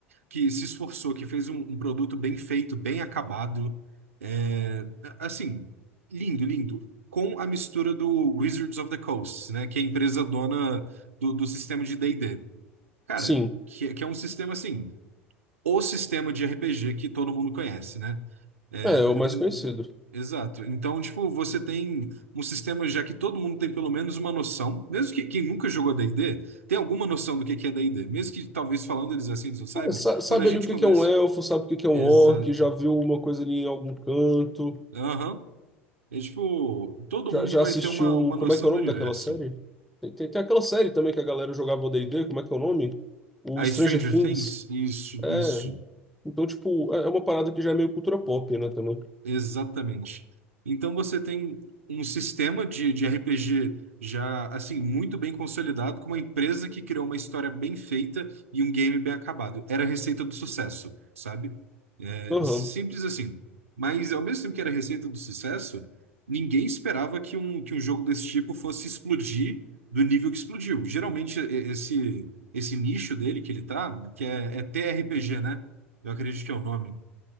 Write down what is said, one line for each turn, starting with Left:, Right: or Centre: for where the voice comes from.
Right: que se esforçou, que fez um, um produto bem feito, bem acabado, é, assim, lindo, lindo. Com a mistura do Wizards of the Coast, né? Que é a empresa dona do, do sistema de D&D. Cara,
Centre: sim.
Right: que, que é um sistema assim, o sistema de RPG que todo mundo conhece, né? É,
Centre: É,
Right: d-
Centre: é o mais
Right: d-
Centre: conhecido.
Right: exato. Então, tipo, você tem um sistema já que todo mundo tem pelo menos uma noção, mesmo que quem nunca jogou D&D, tem alguma noção do que que é D&D, mesmo que talvez falando eles assim eles não saibam,
Centre: É, sa- Sabe
Right: quando a gente
Centre: ali o que
Right: começa.
Centre: que é um elfo, sabe o que que é um
Right: Exato.
Centre: orc, já viu uma coisa ali em algum canto.
Right: Aham. É tipo, todo
Centre: Já,
Right: mundo
Centre: já
Right: vai
Centre: assistiu.
Right: ter uma, uma noção
Centre: Como é que é o
Right: do
Centre: nome
Right: universo.
Centre: daquela série? Tem, tem, tem aquela série também que a galera jogava o D e D como é que é o nome? O
Right: A
Centre: Stranger
Right: Stranger
Centre: Things.
Right: Things, isso,
Centre: É.
Right: isso.
Centre: Então, tipo, é é uma parada que já é meio cultura pop, né, também.
Right: Exatamente. Então você tem um sistema de, de RPG já assim muito bem consolidado, com uma empresa que criou uma história bem feita e um game bem acabado. Era a receita do sucesso, sabe? É,
Centre: Aham.
Right: é si- simples assim. Mas ao mesmo tempo que era a receita do sucesso, ninguém esperava que um, que um jogo desse tipo fosse explodir do nível que explodiu. Geralmente e- esse esse nicho dele que ele tá, que é, é TRPG, né? Eu acredito que é o nome.